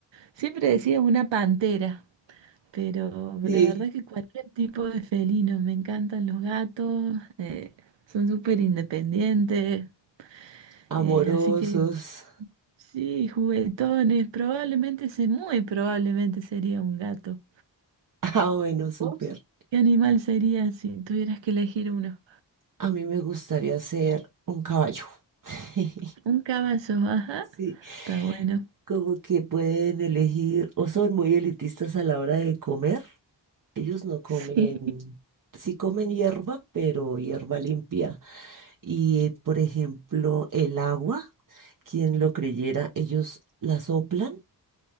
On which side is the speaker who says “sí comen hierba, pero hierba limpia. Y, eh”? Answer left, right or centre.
Right